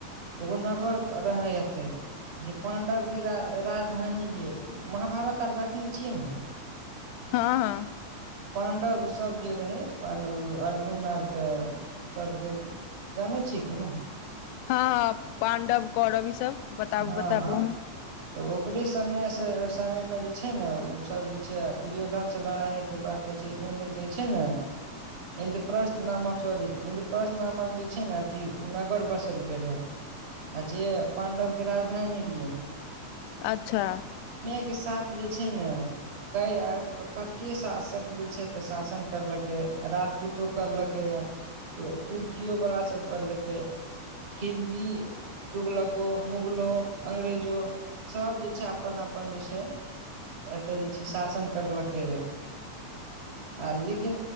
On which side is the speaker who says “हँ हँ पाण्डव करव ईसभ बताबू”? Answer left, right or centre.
Left